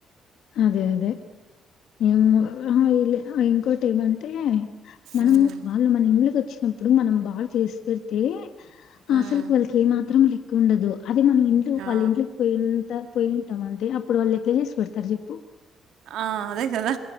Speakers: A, on the left; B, on the right.
A: అదే అదే ఏమ్మో అహా ఈలే ఇంకోటేమంటే మనం
B: మ్మ్.
A: వాళ్ళు మన ఇంళకొచ్చి అప్పుడు మనం బాగా చేసి పెడితే. ఆసల్
B: మ్మ్.
A: క్ వాల్కేమాత్రం లే కుండదు. అదే మనం ఇంట్లు
B: ఆ.
A: వాళ్ళ ఇంట్లుక్ పోయింత పోయి తమంద్ టి అప్పుడు వాళ్ళెట్ల చేసి పెడతారు చెప్పు
B: ఆ అదే కదా.